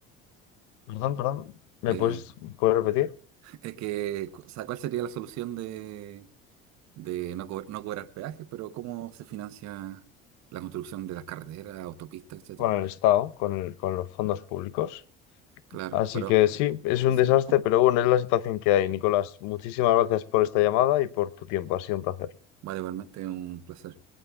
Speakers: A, on the left; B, on the right.
A: Perdón, perdón. ¿Me
B: Eh,
A: puedes, puedes repetir?
B: <laughs> es que, o sea, ¿cuál sería la solución de, de no, co- no cobrar peajes, pero cómo se financia la construcción de las carreteras, autopistas, etcétera?
A: Con el Estado, con, el- con los fondos públicos.
B: Claro,
A: Así
B: pero
A: que sí, es un
B: sí,
A: desastre, pero bueno, es la situación que hay, Nicolás. Muchísimas gracias por esta llamada y por tu tiempo. Ha sido un placer.
B: vale, igualmente un placer.